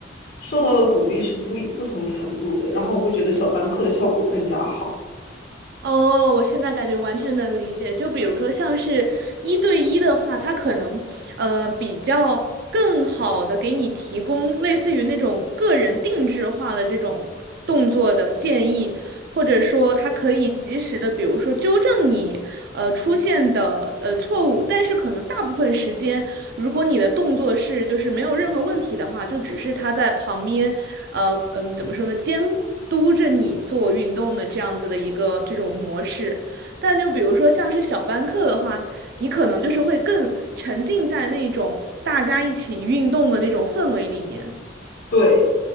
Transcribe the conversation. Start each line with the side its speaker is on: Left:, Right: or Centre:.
Left: 受到的鼓励是不一不同程度的，然后我会觉得小班课的效果更加好。
Right: 哦，我现在感觉完全能理解。就比如说，像是一对一的话，它可能呃比较更好的给你提供类似于那种个人定制化的这种动作的建议，或者说他可以及时的，比如说纠正你呃出现的呃错误，但是可能大部分时间，如果你的动作是就是没有任何问题的话，就只是他在旁边，呃嗯，怎么说呢，监督着你做运动的这样子的一个这种模式。但就比如说像是小班课的话，你可能就是会更沉浸在那种大家一起运动的那种氛围里面。
Left: 对。